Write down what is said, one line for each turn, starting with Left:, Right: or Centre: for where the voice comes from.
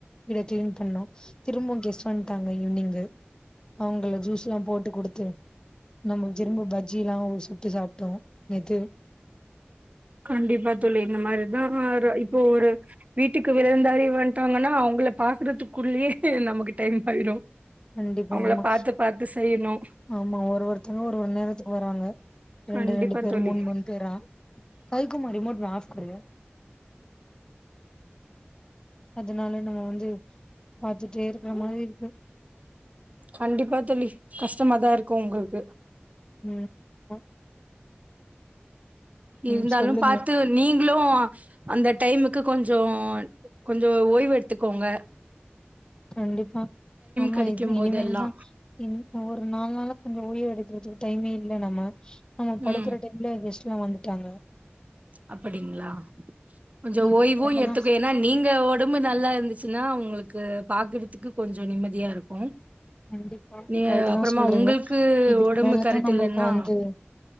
Left: விட கிளீன் பண்ணோ திரும்போ கெஸ்ட் வன்ட்டாங்க ஈவனிங்கு அவுங்கள ஜூஸ் லா போட்டு குடுத்து நம்ப சிரும்ப பஜ்ஜில்லா சுட்டு சாப்ட்டோ நேத்து
Right: கண்டிப்பா தோழி இந்த மாரிதா ஒரு
Left: ம்
Right: இப்போ ஒரு வீட்டுக்கு விருந்தாளி வந்ட்டாங்கன்னா அவுங்கள பாக்குறதுக்குள்ளயே நமக்கு டைம் பயிடு
Left: கண்டிப்பா
Right: அவுங்கள
Left: ஆமா
Right: பாத்து பாத்து செய்யணு
Left: ஆமா ஒரு ஒருத்தங்க ஒரு ஒரு நேரத்துக்கு வராங்க ரெண்டு
Right: கண்டிப்பா
Left: ரெண்டு பேர்
Right: தோழி
Left: மூணு மூணு பேரா கைக்குமா ரிமோட்மே ஆஃப் கரீயே அதுனால நம்ம வந்து பாத்துட்டே இருக்கற மாரி இருக்கு
Right: கண்டிப்பா தோழி கஷ்டமாதா இருக்கு ஒங்களுக்கு
Left: ம் ஆமா ம்
Right: இருந்தாலு
Left: சொல்லுங்க
Right: பாத்து நீங்ளூ அந்த டைமுக்கு கொஞ்சோ கொஞ்சோ ஓய்வெடுத்துக்கோங்க
Left: கண்டிப்பா ஆமா
Right: கெடைக்கும்
Left: இது இனிமேல்
Right: போதெல்லா
Left: தா இன் ஒரு நாலு நாளா கொஞ்சோ ஓய்வு எடுக்கறதுக்கு டைமே இல்ல நம்ம நம்ம படுக்கற
Right: ம்
Left: டைம் ல கெஸ்ட்ல்லா வந்துட்டாங்க
Right: அப்படிங்களா கொஞ்சோ
Left: இதுக்கு
Right: ஓய்வு
Left: மேலதான்
Right: எத்துக்க ஏனா நீங்க ஒடம்பு நல்லா இருந்துச்சுன்னா உங்களுக்கு பாக்கறதுக்கு கொஞ்சோ நிம்மதியா இருக்கு
Left: கண்டிப்பா
Right: நீங்க
Left: கரெக்ட்
Right: அப்பறமா
Left: தான் சொல்றீங்க
Right: உங்களுக்கு
Left: இதுக்கு
Right: ஒடம்பு
Left: மேலதான்
Right: கரெட்
Left: நம்மளுக்கு
Right: இல்லன்னா
Left: வந்து